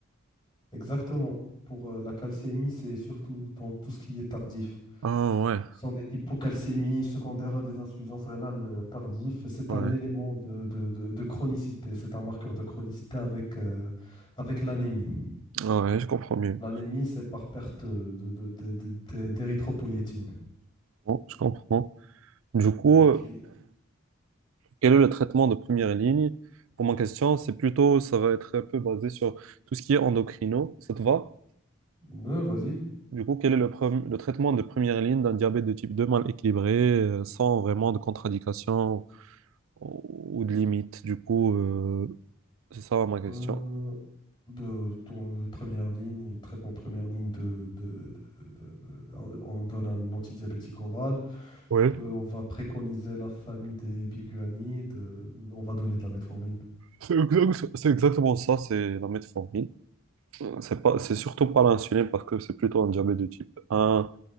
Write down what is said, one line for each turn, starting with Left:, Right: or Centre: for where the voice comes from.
Left: Exactement. Pour euh, la calcémie, c'est surtout dans tout ce qui est tardif.
Right: Ah ouais,
Left: sont des hypocalcémies secondaires à des insuffisances rénales euh, tardives. Et C'est
Right: ouais,
Left: un élément de, de- de- de chronicité, c'est un marqueur de chronicité avec, euh, avec l'anémie.
Right: ouais, je comprends mieux.
Left: L'anémie, c'est par perte de, de- de- de- de- d'érythropoïétine.
Right: Bon, je comprends. Du coup,
Left: Ok,
Right: Quel est le traitement de première ligne? Pour ma question, c'est plutôt, ça va être un peu basé sur tout ce qui est endocrino. Ça te va?
Left: Mais vas-y.
Right: Du coup, quel est le, prem- le traitement de première ligne d'un diabète de type 2 mal équilibré, euh, sans vraiment de contradiction ou, ou de limite? Du coup, euh, c'est ça ma question.
Left: Euh, de ton première ligne, traitement de première ligne de, de- de- de- de- de- on donne un antidiabétique oral.
Right: Oui.
Left: Euh, On va préconiser la famille des biguanides. euh, On va donner de la metformine.
Right: C'est exact- c'est exactement ça, c'est la metformine. C'est pas, c'est surtout pas l'insuline parce que c'est plutôt un diabète de type un